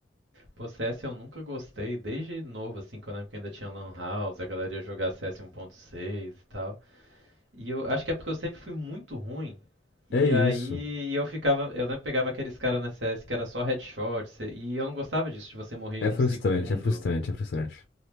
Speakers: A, on the right (about 70°); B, on the left (about 55°).
A: Pô, CS eu nunca gostei, desde novo, assim, quando eu lembro que ainda tinha Lan House, a galera ia jogar CS 1.6 e tal. E eu acho que é porque eu sempre fui muito ruim. E
B: É isso.
A: aí eu ficava, eu lembro que pegava aqueles caras na CS que era só headshot, cê- e eu não gostava disso, de você morrer
B: É
A: em um
B: frustrante,
A: segundo.
B: é frustrante, é frustrante.